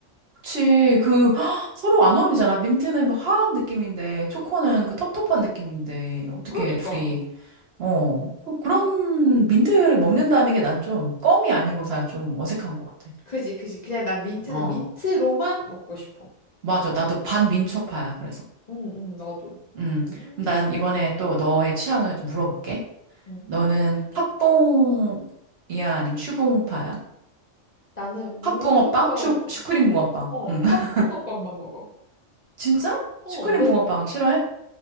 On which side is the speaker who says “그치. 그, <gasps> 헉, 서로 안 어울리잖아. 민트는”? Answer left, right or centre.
Right